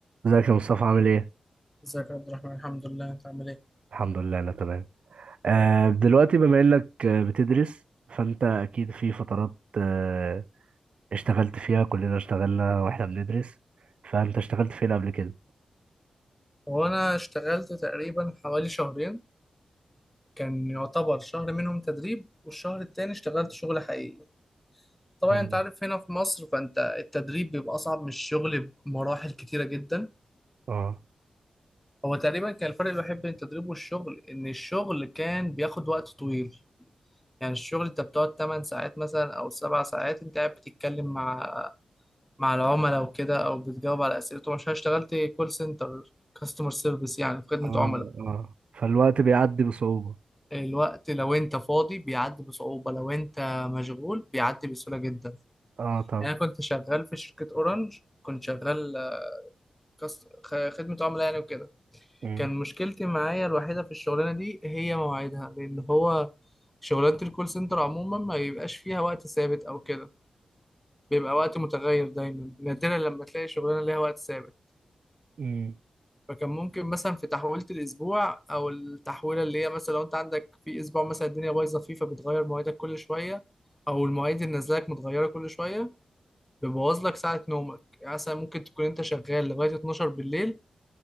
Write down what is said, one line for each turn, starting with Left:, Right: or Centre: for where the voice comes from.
Right: ازيك يا مصطفى عامل ايه؟
Centre: ازيك يا عبد الرحمن الحمد لله انت عامل ايه
Right: الحمد لله انا تمام آه دلوقتي بما انك آه، بتدرس فانت اكيد في فترات آه اشتغلت فيها كلنا اشتغلنا واحنا بندرس فانت اشتغلت فين قبل كده؟
Centre: هو انا اشتغلت تقريبا حوالي شهرين كان يعتبر شهر منهم تدريب والشهر التاني اشتغلت شغل حقيقي طبعا
Right: مم.
Centre: انت عارف هنا في مصر فانت التدريب بيبقى اصعب من الشغل بمراحل كتيرة جدا
Right: اه
Centre: هو تقريبا كان الفرق الوحيد بين التدريب والشغل ان الشغل كان بياخد وقت طويل يعني الشغل انت بتقعد 8 ساعات مثلا او 7 ساعات انت قاعد بتتكلم مع مع العملاء وكده او بتجاوب على اسئلتهم عشان اشتغلت كول سنتر كاستمر سيرفيس يعني في خدمة
Right: اه
Centre: عملاء
Right: اه فالوقت بيعدي بصعوبة
Centre: الوقت لو انت فاضي بيعدي بصعوبة لو انت مشغول بيعدي بسهولة جدا
Right: اه طبعا
Centre: يعني انا كنت شغال في شركة اورنج كنت شغال آه، كاست- خ- خدمة عملاء يعني وكده
Right: مم.
Centre: كان مشكلتي معايا الوحيدة في الشغلانة دي هي مواعيدها لان هو شغلانة الكول سنتر عموما ما بيبقاش فيها وقت ثابت او كده بيبقى وقت متغير دايما نادرا لما تلاقي شغلانة ليها وقت ثابت
Right: مم.
Centre: فكان ممكن مثلا في تحويلة الأسبوع أو التحويلة اللي هي مثلا لو أنت عندك في أسبوع مثلا الدنيا بايظة فيه فبتغير مواعيدك كل شوية أو المواعيد اللي نازلك متغيرة كل شوية بيبوظ لك ساعة نومك يعني مثلا ممكن تكون أنت شغال لغاية 12 بالليل